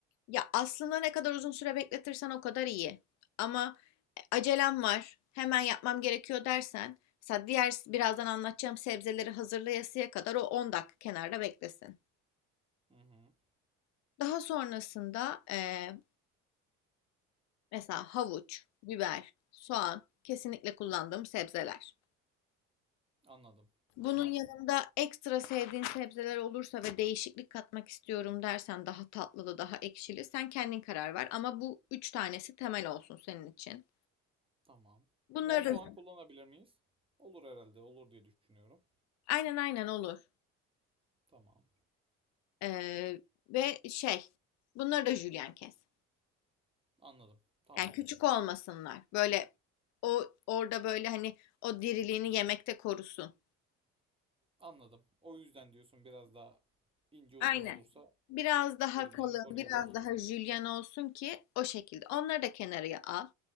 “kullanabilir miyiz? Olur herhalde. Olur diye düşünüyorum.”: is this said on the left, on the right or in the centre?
Right